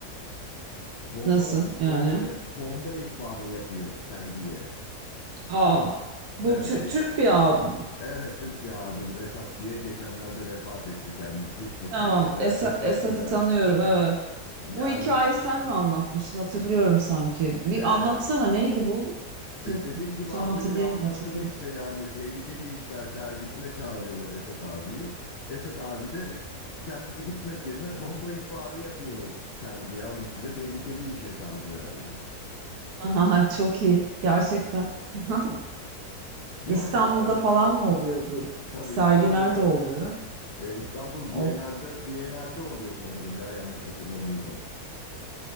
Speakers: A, on the left (about 70°); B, on the right (about 80°).
A: Bomba
B: Nasıl yani?
A: bomba bomba ihbarı yapıyor sergiye.
B: Aa, bu
A: Evet,
B: Tür-
A: te-
B: Türk bir abi.
A: Evet Türk bir abim Esat diye geçenlerde vefat etti kendisi. Çok
B: Tamam.
A: saygıdeğer,
B: Esa-
A: çok tatlı
B: Esat'ı
A: bir adam.
B: tanıyorum evet. Bu
A: Yani
B: hikayeyi sen mi anlatmıştın? Hatırlıyorum sanki. Bir
A: evet,
B: anlatsana neydi bu? Tek-
A: e, dediğim gibi
B: tam
A: az
B: hatırlayamadım
A: önce anlattım
B: çünkü.
A: işte yani tehlikeli işler sergisine çağırıyorlar Esat abiyi. Esat abi de kendisi gitmek yerine bomba ihbarı yapıyor sergiye alın size tehlikeli iş hesabı yani.
B: <laughs> Aha, çok iyi gerçekten. <laughs>
A: Yani
B: İstanbul'da
A: yani
B: falan mı oluyor bu?
A: tabii
B: Sergi
A: İstanbul'da
B: nerede oluyor?
A: e, İstanbul
B: Of
A: Bienal'de Bienal'de oluyor sanırım ya yanlış hatırlamıyorsam.